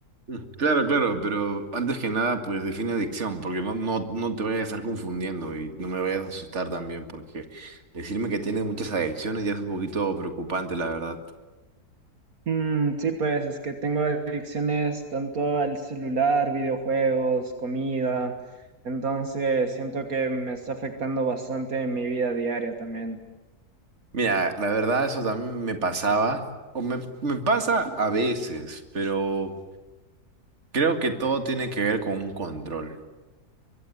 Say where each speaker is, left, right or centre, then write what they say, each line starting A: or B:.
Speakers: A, on the right (about 45°); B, on the right (about 65°).
A: Mm, Claro, claro, pero antes que nada, pues define adicción, porque no, no, no te vayas a estar confundiendo y no me vayas a asustar también, porque decirme que tienes muchas adicciones ya es un poquito preocupante, la verdad.
B: Mm, sí, pues es que tengo adicciones tanto al celular, videojuegos, comida, entonces siento que me está afectando bastante en mi vida diaria también.
A: Mira, la verdad eso también me pasaba, o me, me pasa a veces, pero creo que todo tiene que ver con un control.